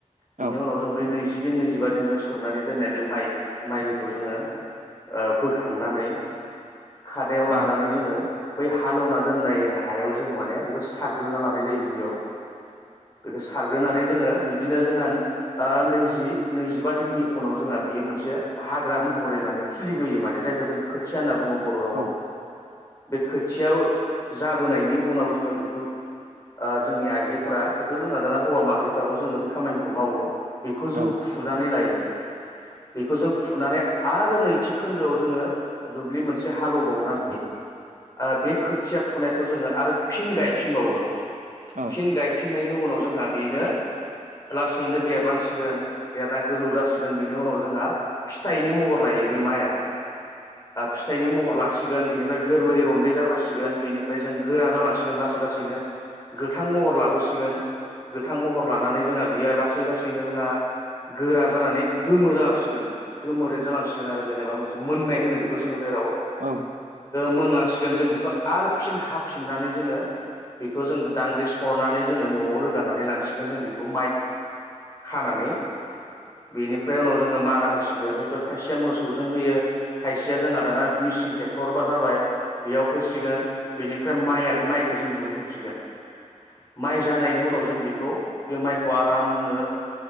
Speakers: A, on the left (about 25°); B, on the right (about 80°).
A: बिनि
B: औ
A: उनाव जों बै नैजि बिदिन नैजिबा दिन जों सोमनानै दोननाय बे माइ माइखौ जोङो बोखांनानै खादायाव लानानै
B: औ
A: जोङो बै हालौना दोननाय हायाव जोङो माने बेखौ सारग्रोना लानाय जायो गिबियाव बेखौ सार ग्रोनानै जोङो बिदिनो जोंहा नैजि-नैजिबा दिननि उनाव जोंहा बियो मोनसे हाग्रा महरै माने खिलिबोयो माने जायखौ जों खोथिया होनना बुङो बर' रावाव
B: औ
A: बे खोथियाव जाबोनायनि उनाव जोङो बेखौ ओ जोंनि आइजोफोरा हयथ' जोंना दाना हौवा माहारिफ्राबो जोङो बे खामानिखौ मावो बेखौ जोङो
B: औ
A: फुनानै लायो बेखौ जों फुनानै आरो नै थि खोन्दोआव जोङो दुब्लि मोनसे हालेवबावनानै बे खोथिया फुनायखौ जोङो आरो फिन गायफिनबावो
B: औ
A: फिन
B: औ
A: गायफिन फिननायनि उनाव जोंहा बेनो लासैनो देरलांसिगोन देरना गोजौ जासिगोन बेनि उनाव जोंहा फिथाइनि महर लायो बे माइआ फिथाइनि महर लासिगोन बेनिफ्राय गोरलै रन्दै जाबोसिगोन बेनिफ्राय जों गोरा जालांसिगोन लासै लासैनो गोथां महर लाबोसिगोन गोथां महर लानानै जोंहा बियो लासै लासैनो जोंहा गोरा जानानै गोमो जालांसिगोन गोमोरेद जालांसिगोन आरो जेनेबा मोनसे मोननाय होनो बेखौ जों जेराव
B: औ
A: मोनलांसिगोन जों बेखौ आरो फिन हाफिननानै जोङो बेखौ जों दांग्रि सरनानै जोङो न'आव रोगानानै ला ओ खानानै बेनिफ्राय उनाव जोङो मारा होसिगोन हयथ' खाय खायसेया मोसौजों होयो खायसेया जोंहा दाना मेसिनजों क्टरबा जाबाय बेयाव होसिगोन बेनिफ्राय माइ माइखौ जों दिहुनफिनसिगोन माइ जानायनि उनाव जों बेखौ बे माइखौ आरामनो